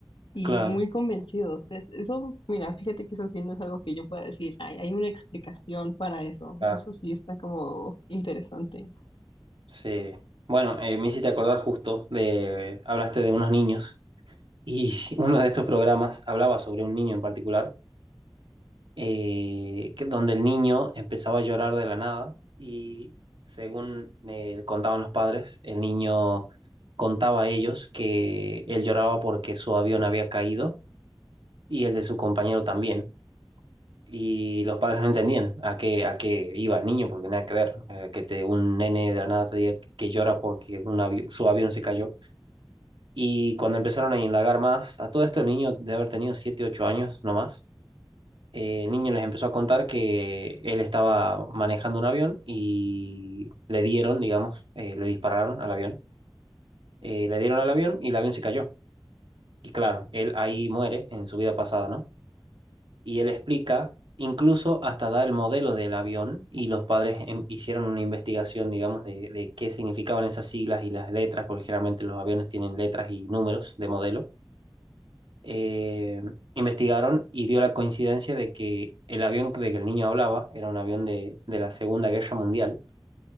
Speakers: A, on the left; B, on the right.
A: y
B: claro,
A: muy convencidos. Es, eso, mira, fíjate que eso sí no es algo que yo pueda decir, hay, hay una explicación para eso,
B: claro.
A: eso sí está como interesante.
B: Sí. Bueno, eh, me hiciste acordar justo de, hablaste de unos niños y <laughs> uno de estos programas hablaba sobre un niño en particular eh, que, donde el niño empezaba a llorar de la nada y según me contaban los padres, el niño contaba a ellos que él lloraba porque su avión había caído y el de su compañero también. Y los padres no entendían a qué, a qué iba el niño, porque nada que ver, eh, que te, un nene de la nada te diga que llora porque un avi- su avión se cayó. Y cuando empezaron a indagar más, a todo esto el niño de haber tenido 7 8 años, no más eh, el niño les empezó a contar que él estaba manejando un avión y le dieron, digamos, eh, le dispararon al avión, Eh, le dieron al avión y el avión se cayó. Y claro, él ahí muere en su vida pasada, ¿no? Y él explica, incluso hasta da el modelo del avión y los padres em- hicieron una investigación, digamos, de, de qué significaban esas siglas y las letras, porque generalmente los aviones tienen letras y números de modelo. eh, investigaron y dio la coincidencia de que el avión de que el niño hablaba era un avión de, de la Segunda Guerra Mundial